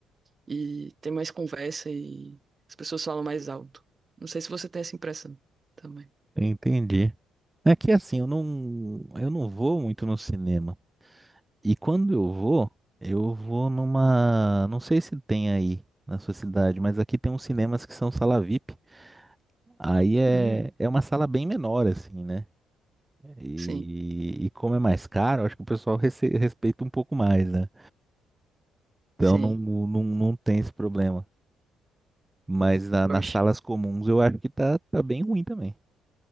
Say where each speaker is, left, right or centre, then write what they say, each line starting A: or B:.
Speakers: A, on the right (about 35°); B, on the right (about 15°).
A: E tem mais conversa e as pessoas falam mais alto. Não sei se você tem essa impressão também.
B: entendi. É que assim, eu não, eu não vou muito no cinema. E quando eu vou, eu vou numa, não sei se tem aí na sua cidade, mas aqui tem uns cinemas que são sala VIP. Aí é,
A: Hum.
B: é uma sala bem menor assim, né? E,
A: Sim,
B: e como é mais caro, acho que o pessoal rece- respeita um pouco mais, né? Então
A: sim.
B: não, não, não tem esse problema. Mas na-
A: Eu
B: nas
A: acho.
B: salas comuns eu acho que tá, tá bem ruim também.